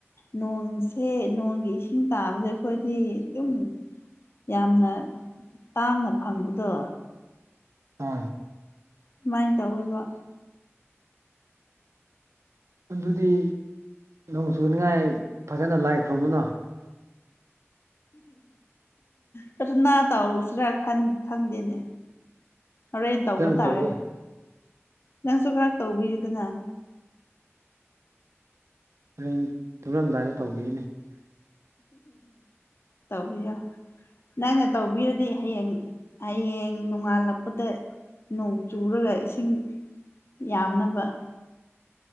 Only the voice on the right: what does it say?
ꯑꯥ
ꯑꯗꯨꯗꯤ ꯅꯣꯡ ꯆꯨꯅꯤꯉꯥꯏ ꯐꯖꯅ ꯂꯥꯏ ꯈꯨꯔꯝꯃꯨꯅ
ꯐꯖꯅ
ꯇꯧꯔꯣ
ꯍꯣꯔꯦꯟ ꯇꯨꯝꯔꯝꯗꯥꯏꯗ ꯇꯧꯕꯤꯒꯦꯅꯦ